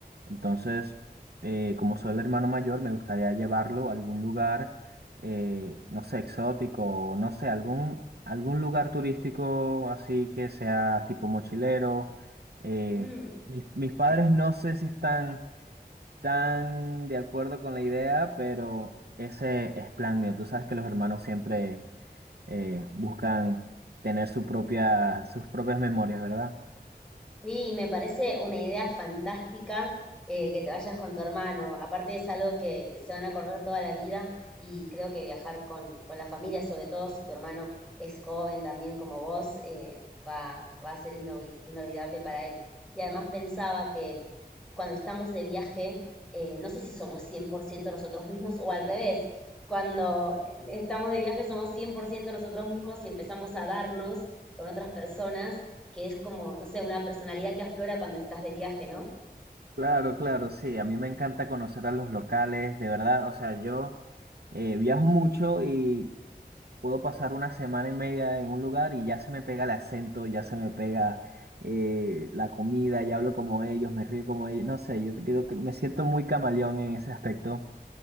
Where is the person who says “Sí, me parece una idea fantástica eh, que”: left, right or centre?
Centre